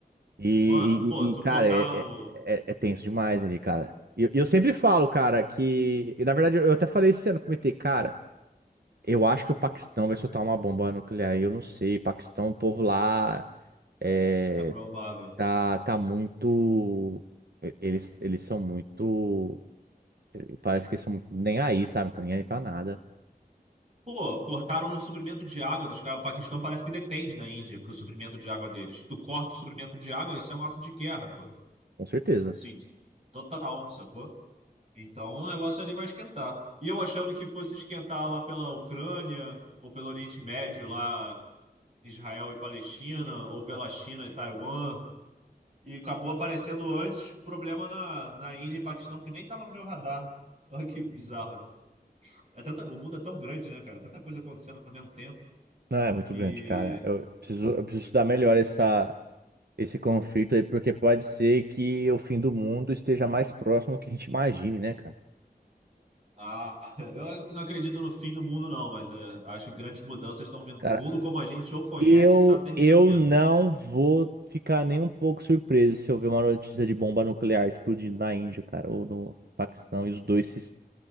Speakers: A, on the right; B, on the right.
A: E,
B: Mano, pô,
A: e- e,
B: tu
A: e, cara,
B: cortar
A: é,
B: o.
A: é, é- é tenso demais ali, cara. E eu, eu sempre falo, cara, que. E na verdade eu até falei esse ano, comentei, cara. Eu acho que o Paquistão vai soltar uma bomba nuclear. Eu não sei. Paquistão, o povo lá é,
B: É provável.
A: tá, tá muito. Eles, eles são muito. Parece que eles são muito nem aí, sabe? Não tá nem aí pra nada.
B: Pô, cortaram o suprimento de água dos caras. O Paquistão parece que depende da Índia pro suprimento de água deles. Tu corta o suprimento de água, isso é um ato de guerra, pô.
A: Com certeza.
B: Sim, total, sacou? Então o negócio ali vai esquentar. E eu achando que fosse esquentar lá pela Ucrânia, ou pelo Oriente Médio, lá Israel e Palestina, ou pela China e Taiwan. E acabou aparecendo antes problema na, na Índia e Paquistão, que nem tava no meu radar. Olha que bizarro. É tanta, o mundo é tão grande, né, cara? Tanta coisa acontecendo ao mesmo tempo
A: Não, é muito
B: que
A: grande, cara. Eu preciso, eu preciso
B: é
A: estudar melhor essa,
B: imenso.
A: esse conflito aí, porque pode ser que o fim do mundo esteja mais próximo do que a gente imagine, né, cara?
B: Ah, <laughs> eu não acredito no fim do mundo, não, mas é, acho que grandes mudanças estão vindo.
A: Cara,
B: O mundo como a gente o conhece
A: Eu,
B: está terminando
A: eu
B: mesmo.
A: não vou ficar nem um pouco surpreso se eu ver uma notícia de bomba nuclear explodindo na Índia, cara, ou no Paquistão, e os dois se es-